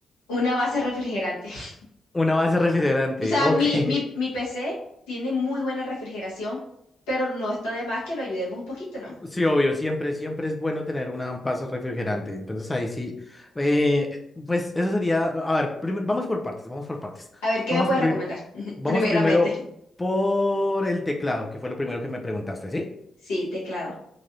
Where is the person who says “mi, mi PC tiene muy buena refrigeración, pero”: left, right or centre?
Left